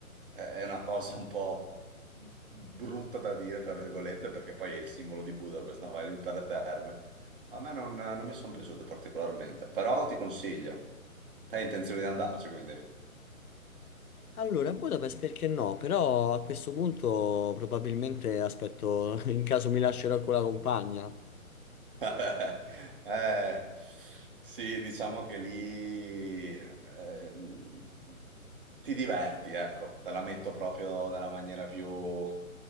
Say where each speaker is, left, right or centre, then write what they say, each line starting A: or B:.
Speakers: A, on the right; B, on the left.
A: eh, è una cosa un po' brutta da dire, tra virgolette, perché poi è il simbolo di Budapest, no? Vai lì per le terme. Ma a me non, non mi sono piaciute particolarmente, però ti consiglio. Hai intenzione di andarci, quindi.
B: Allora, Budapest perché no? Però a questo punto probabilmente aspetto, <laughs> in caso mi lascerò con la compagna.
A: <laughs> Eh, sì, diciamo che lì ehm, ti diverti, ecco, te la metto proprio nella maniera più <laughs>